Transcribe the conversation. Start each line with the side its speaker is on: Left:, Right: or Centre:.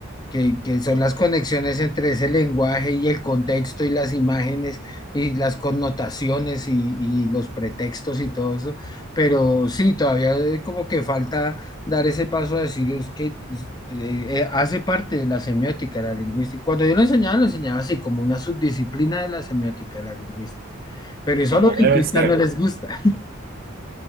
Left: que, que son las conexiones entre ese lenguaje y el contexto y las imágenes y las connotaciones y, y los pretextos y todo eso. Pero sí, todavía como que falta dar ese paso a decir es que eh, eh, hace parte de la semiótica, la lingüística. Cuando yo lo enseñaba, lo enseñaba así, como una subdisciplina de la semiótica, la lingüística. Pero eso
Right: como
Left: a los lingüistas
Right: debe ser.
Left: no les gusta.